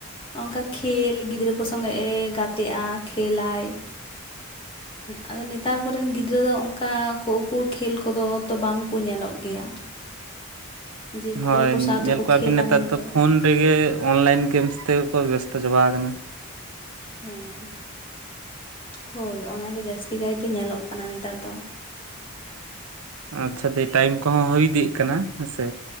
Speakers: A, on the left; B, on the right.
A: ᱚᱝᱠᱟ ᱠᱷᱮᱞ ᱜᱤᱫᱽᱨᱟᱹ ᱠᱚ ᱥᱚᱸᱜᱮ ᱮ ᱜᱟᱛᱮᱜᱼᱟ ᱠᱷᱮᱞᱟᱭ- ᱟᱫᱚ ᱱᱮ ᱱᱮᱛᱟᱨ ᱠᱚᱨᱮᱱ ᱜᱤᱫᱽᱨᱟᱹ ᱫᱚ ᱚᱱᱠᱟ ᱠᱚ ᱩᱠᱩᱨ ᱠᱷᱮᱞ ᱠᱚᱫᱚ ᱛᱚ ᱵᱟᱝ ᱠᱚ ᱧᱮᱞᱚᱜ ᱜᱮᱭᱟ ᱡᱮ ᱜᱤᱫᱽᱨᱟᱹ
B: ᱦᱳᱭ
A: ᱠᱚ ᱥᱟᱶ
B: ᱧᱮᱞ
A: ᱛᱮᱠᱚ
B: ᱠᱚᱣᱟ
A: ᱠᱷᱮᱞᱟ
B: ᱵᱤᱱ ᱱᱮᱛᱟᱨ
A: ᱢᱮᱱᱛᱮ
B: ᱫᱚ ᱯᱷᱳᱱ ᱨᱮᱜᱮ ᱚᱱᱞᱟᱭᱤᱱ ᱜᱮᱢᱥ ᱛᱮᱜᱮ ᱠᱚ ᱵᱮᱥᱛᱚ ᱪᱟᱵᱟ ᱟᱠᱟᱱᱟ᱾
A: ᱦᱮᱸ ᱦᱳᱭ ᱚᱱᱟᱜᱮ ᱡᱟᱹᱥᱛᱤ ᱠᱟᱭᱛᱮ ᱧᱮᱞᱚᱜ ᱠᱟᱱᱟ ᱱᱮᱛᱟᱨ ᱫᱚ
B: ᱟᱪᱪᱷᱟ ᱫᱤ ᱴᱟᱭᱢ ᱠᱚᱦᱚᱸ ᱦᱩᱭ ᱫᱤᱜ ᱠᱟᱱᱟ ᱦᱮᱸᱥᱮ